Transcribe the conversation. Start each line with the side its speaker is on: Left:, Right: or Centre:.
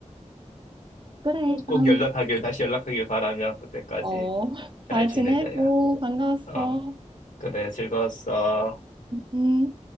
Right: 그래,
Left: 꼭
Right: 그럼.
Left: 연락하길, 다시 연락하길 바라며 그때까지
Right: 어,
Left: 잘
Right: 잘
Left: 지내자,
Right: 지내고
Left: 야.
Right: 반가웠어.
Left: 어, 그래, 즐거웠어.
Right: 음.